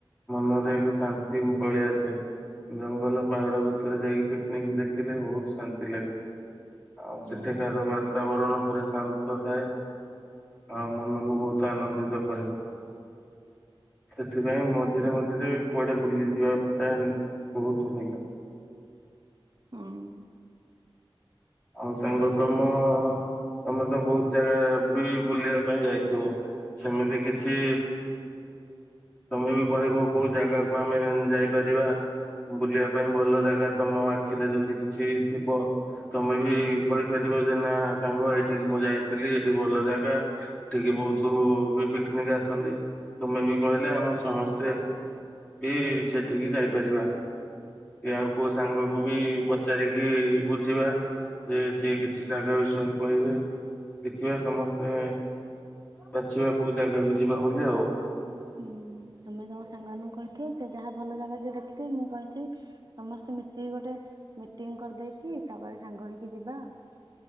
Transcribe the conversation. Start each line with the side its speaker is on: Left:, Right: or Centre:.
Left: ମନରେ ଏକ ଶାନ୍ତି ପଲୀ ଆସେ ଜଙ୍ଗଲ ପାହାଡ ଭିତରେ ଯାଇକି। ରେ ଦେଖିଲେ ବହୁତ ଶାନ୍ତି ଲାଗେ ଆଉ
Right: ହୁଁ।
Left: ସେଠାକାର। ବାତାବରଣ ପୁରା ଶାନ୍ତ ଥାଏ। ଆଉ ମନକୁ ବହୁତ ଆନନ୍ଦିତ କରିବ। ସେଥିପାଇଁ ମଝିରେ ମଝିରେ କୁଆଡେ ବୁଲିଯିବା ବହୁତ ଭଲ।
Right: ହଁ।
Left: ଆମ ସାଙ୍ଗ ତମ ତମେ ତ ବହୁତ ଜାଗା ବି ବୁଲିବା ପାଇଁ ଯାଇଥିବ। ସେମିତି କିଛି। ତମେ ବି କହିବ କୋଉ ଜାଗାକୁ ଆମେ ଯାଇପାରିବା। ବୁଲିବା ପାଇଁ ଭଲ ଜାଗା ତମ ଆଖିରେ ଯଦି କିଛି ଥିବ। ତମେ ବି କହିପାରିବ ଯେ ନା ସାଙ୍ଗ ଏଇଠି ମୁଁ ଯାଇଥିଲି ଏଇଠି ଭଲ ଜାଗା। ଠିକି ବହୁତ ବି ପିକନିକ ଆସନ୍ତି ତମେ ବି କହିଲେ ଆମେ ସମସ୍ତେ। ଏ ସେଠିକି ଯାଇପାରିବା। କି ଆଉ କୋଉ ସାଙ୍ଗକୁୁ ବି ପଚାରିକି ବୁଝିବା। ଯେ ସିଏ କିଛି ଜାଗା ବିଷୟରେ କହିବେ। ଦେଖିବା ସମସ୍ତେ ବାଛିବା କୋଉ ଜାଗାକୁ ଯିବା ବୁଲି ଆଉ।
Right: ହଁ ତମେ ତମ ସାଙ୍ଗମାନଙ୍କୁ କହିଥିଅ ସେ ଯାହା ଭଲ ଜାଗା ଯେ ଦେଖିଥିବେ ମୁଁ କହିଥିବି। ସମସ୍ତେ ମିଶିକି ଗୋଟେ ମିଟିଂ କରିଦେଇକି ତାପରେ ସାଙ୍ଗ ହେଇକି ଯିବା ଆଉ।